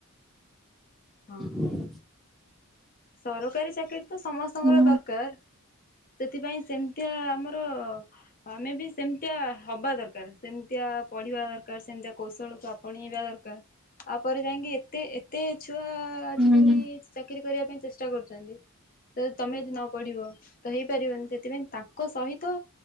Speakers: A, in the centre; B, on the left.
A: <inaudible>
B: ହଁ ସରକାରୀ ଚାକିରୀ ତ ସମସ୍ତଙ୍କର
A: ହୁଁ
B: ଦରକାର। ସେଥିପାଇଁ ସେମିତିଆ ଆମର ଆମେ ବି ସେମିତିଆ ହବା ଦରକାର ସେମିତିଆ ପଢିବା ଦରକାର ସେମିତିଆ କୌଶଳକୁ ଆପଣେଇବା ଦରକାର ତାପରେ ଯାଇକି ଏତେ ଏତେ ଛୁଆ ଆଜିକାଲି
A: ହୁଁ।
B: ଚାକିର କରିବା ପାଇଁ ଚେଷ୍ଟା କରୁଛନ୍ତି ତ ତମେ ଯଦି ନ ପଢିବ ତ ହେଇପାରିବନି ସେଥିପାଇଁ ତାଙ୍କ ସହିତ